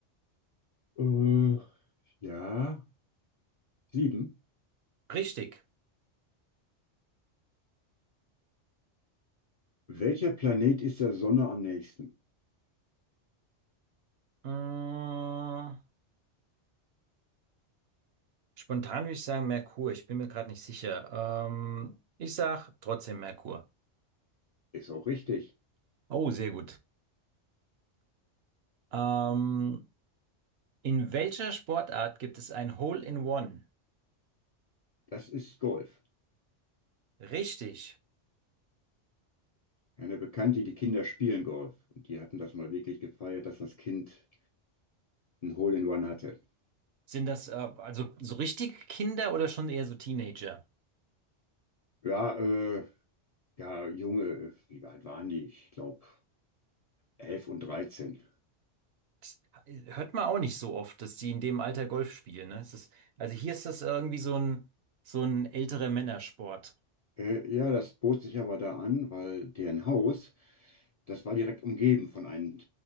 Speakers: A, on the left; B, on the right.
A: Äh, ja, sieben.
B: Richtig.
A: Welcher Planet ist der Sonne am nächsten?
B: Mm, Spontan würde ich sagen Merkur. Ich bin mir gerade nicht sicher. Ähm, ich sag trotzdem Merkur.
A: Ist auch richtig.
B: Oh, sehr gut. Ähm, in welcher Sportart gibt es ein Hole-in-One?
A: Das ist Golf.
B: Richtig.
A: Eine Bekannte, die Kinder spielen Golf. Und die hatten das mal wirklich gefeiert, dass das Kind ein Hole in One hatte.
B: Sind das äh, also so richtig Kinder oder schon eher so Teenager?
A: Ja, äh, ja, Junge, wie alt waren die? Ich glaube, 11 und 13.
B: Das äh, hört man auch nicht so oft, dass die in dem Alter Golf spielen. Ne? Es ist, also hier ist das irgendwie so ein, so ein älterer Männersport.
A: Äh, ja, das bot sich aber da an, weil deren Haus, das war direkt umgeben von einem